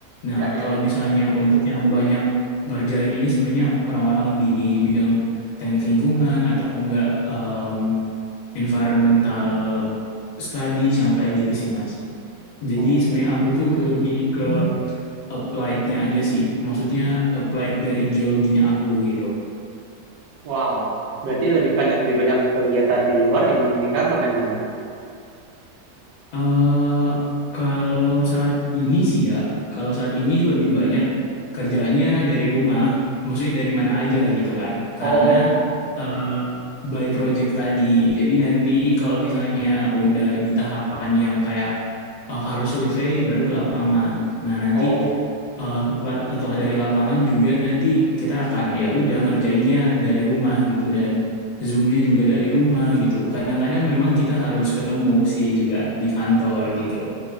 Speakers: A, on the left; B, on the right.
A: Nah,
B: Ya, ya.
A: kalau misalnya untuk yang banyak ngerjain ini sebenarnya orang-orang di bidang teknik lingkungan atau enggak em, environmental studies yang kayak gitu sih, Mas. Jadi
B: Oh,
A: sebenarnya aku tuh lebih ke applied-nya aja sih. Maksudnya applied dari geologinya aku gitu.
B: wow. Berarti lebih banyak lebih banyak kegiatan di luar dibanding di kantor jangan-jangan.
A: eh kalau saat ini sih ya, kalau saat ini lebih banyak kerjaannya dari rumah, maksudnya dari mana aja gitu kan. Karena
B: Oh,
A: eh, by project tadi. Jadi nanti kalau misalnya udah di tahapan yang kayak eh, harus survei baru ke lapangan. Nah, nanti
B: oh,
A: eh, setelah setelah dari lapangan juga nanti kita akan ya udah ngerjainnya dari rumah gitu dan zoomnya juga dari rumah gitu. Kadang-kadang memang kita harus ketemu sih juga di kantor gitu.